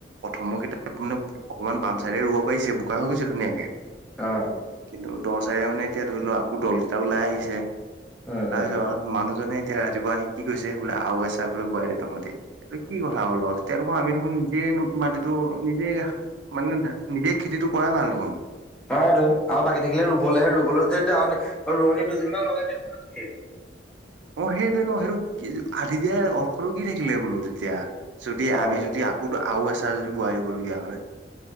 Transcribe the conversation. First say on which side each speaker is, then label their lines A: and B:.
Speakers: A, on the right (about 85°); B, in the centre.
A: প্ৰথমৰ কেইিতাপ <unintelligible> মানে অকণমান বাম চাইডে ৰুব পাৰিছে বোকা হৈ গৈছে ধুনীয়াকে।
B: অ',
A: কিন্তু দ চাইডে মানে এতিয়া ধৰি লও আকৌ দল কেইটা ওলাই আহিছে।
B: উম,
A: তাৰ
B: উম।
A: পিছ মানুহজনে এতিয়া ৰাতিপুৱা আহি কি কৈছে বোলে আও এ চা বোলে বোৱাই দে তহঁতি। কি কথা হ'ল তেতিয়া দেখোন আমি দেখোন নিজে মাটিতো নিজে মানে ধ নিজে খেতিটো কৰাই ভাল হ <unintelligible>
B: অ, তো আৰু বাকী থাকিলে ৰুবলৈ আহে ৰুবলৈ যদি ৰোৱনী দুদিনমান লগাই থাকে।
A: অ, সেইটোৱে ন সেইটো আধি দিয়া অৰ্থটো কি থাকিলে বোলো তেতিয়া যদি
B: অ
A: আমি যদি কুতো আ এচাৰ যদি বোৱই দিবলগীয়া হয়